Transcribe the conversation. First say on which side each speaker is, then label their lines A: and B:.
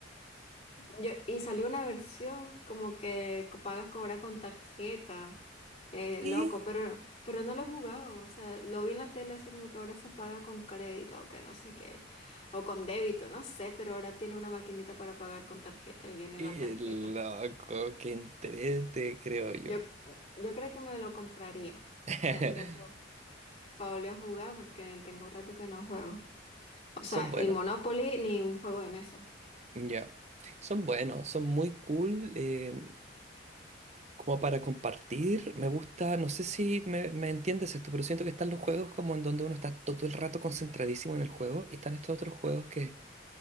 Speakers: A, on the left; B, on the right.
A: Yo, y salió una versión como que co- pagas cobrar con tarjeta. Eh,
B: ¿Qué?
A: loco, pero, pero no lo he jugado. O sea, lo vi en la tele así como que ahora se paga con crédito o que no sé qué. O con débito, no sé, pero ahora tiene una maquinita para pagar con tarjeta y viene
B: Qué
A: la tarjeta.
B: loco, qué entrete, creo yo.
A: Yo, yo creo que me lo compraría.
B: <laughs>
A: Tendría que para volver a jugar porque tengo rato que no juego. O sea,
B: Son
A: el
B: buenos.
A: Monopoly ni un juego de mesa.
B: Ya, Son buenos, son muy cool, eh, como para compartir. Me gusta, no sé si me, me entiendes esto, pero siento que están los juegos como en donde uno está todo el rato concentradísimo en el juego y están estos otros juegos que,